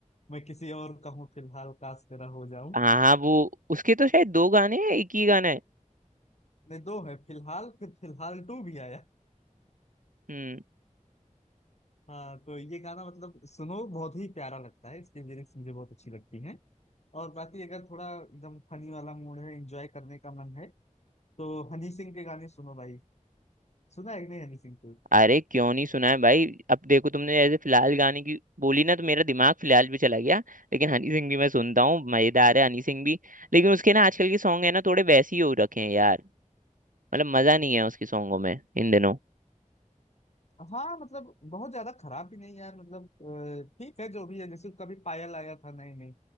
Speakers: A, on the left (about 55°); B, on the right (about 80°).
A: मैं किसी और का हूँ फिलहाल काश तेरा हो जाऊं
B: हाँ हाँ वो उसके तो शायद दो गाने हैं एक ही गाना है
A: नहीं दो है फिलहाल फिर फिलहाल टू भी आया
B: हम्म
A: हाँ तो ये गाना मतलब सुनो बहुत ही प्यारा लगता है इसकी लिरिक्स मुझे बहुत अच्छी लगती हैं और बाकी अगर थोड़ा एकदम फनी वाला मूड है एंजॉय करने का मन है तो हनी सिंह के गाने सुनो भाई सुना है कि नहीं हनी सिंह के
B: अरे क्यों नहीं सुना है भाई अब देखो तुमने जैसे फिलहाल गाने की बोली ना तो मेरा दिमाग फिलहाल भी चला गया लेकिन हनी सिंह भी मैं सुनता हूँ मजेदार है हनी सिंह भी लेकिन उसके ना आजकल के सॉन्ग है ना थोड़े वैसे ही हो रखे हैं यार मतलब मजा नहीं है उसके सॉन्गों में इन दिनों
A: हाँ मतलब बहुत ज्यादा खराब भी नहीं यार मतलब अ, ठीक है जो भी है जैसे कभी पायल आया था नहीं नहीं